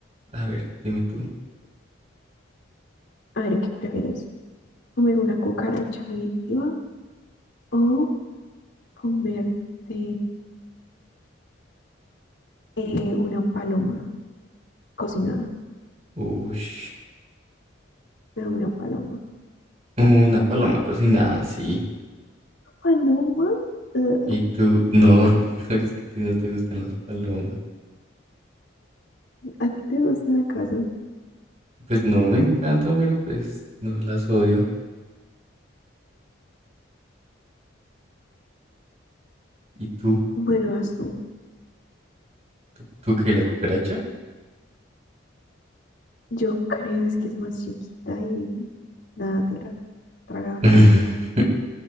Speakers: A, on the right (about 35°); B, on the left (about 65°).
A: A ver, dime tú.
B: A ver, ¿qué prefieres? ¿Comer una cucaracha viva o comerte eh, una paloma cocinada?
A: Ush.
B: Pero una paloma.
A: Una paloma cocinada, sí.
B: ¿Paloma? Ugh.
A: Y tú, no, <laughs> no eres que a ti no te gustan las palomas.
B: ¿A ti te gustan acaso?
A: Pues no me encantan, pero pues no las odio. ¿Y tú?
B: Bueno, azul.
A: ¿Tú, tú qué, la cucaracha?
B: Yo creo es que es más chiquita y nada, te la tragas
A: <laughs>
B: rápido.